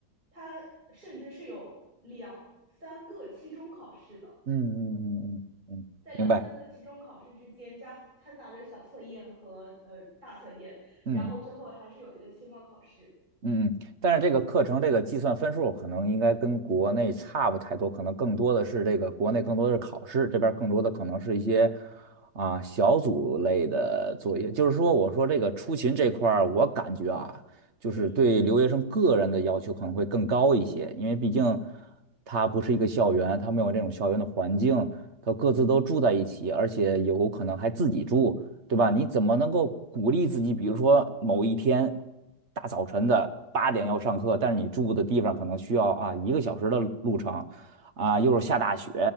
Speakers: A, on the right; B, on the right.
A: 它甚至是有两三个期中考试的，
B: 嗯嗯嗯嗯，
A: 在两三个期中考试之间加掺杂着小测验和呃大测验，
B: 明白。嗯嗯。
A: 然后最后还是有一个期末考试。
B: 嗯嗯，但是这个课程这个计算分数可能应该跟国内差不太多，可能更多的是这个国内更多的是考试，这边儿更多的可能是一些啊、小组类的作业。就是说，我说这个出勤这块儿，
A: 对，
B: 我感觉啊，就是对留学生个人的要求可能会更高一些，
A: 嗯
B: 因为毕竟他不是一个校园，他没有这种校园的环境，他各自都住在一起，而且有可能还自己住。对吧？你怎么能够鼓励自己？比如说某一天大早晨的八点要上课，但是你住的地方可能需要啊一个小时的路程，啊又是下大雪，